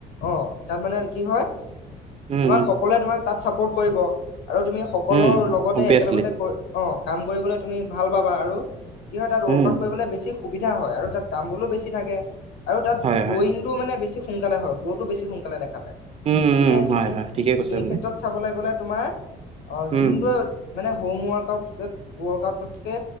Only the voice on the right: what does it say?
উম,
উম,
উম,
অবভিয়াছলি।
উম,
হয়,
হয়।
উম, উম,
হয়,
হয়। ঠিকে কৈছে
আপুনি।
উম,